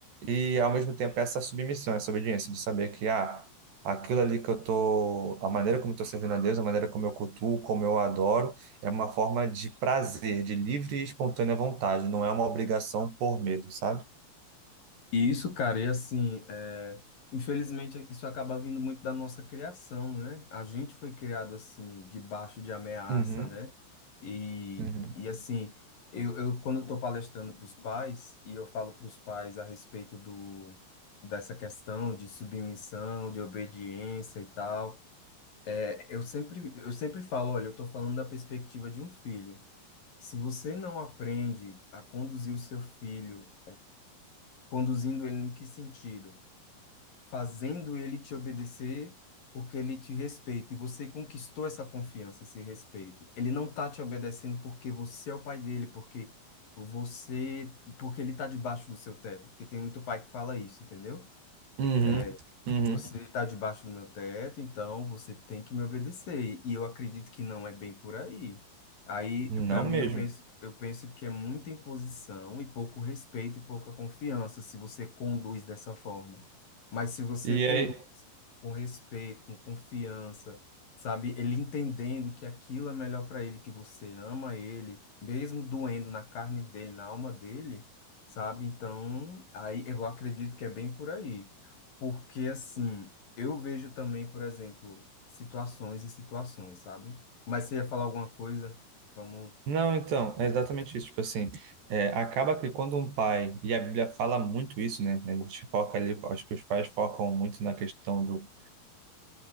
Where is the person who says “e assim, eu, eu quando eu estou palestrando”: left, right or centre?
Left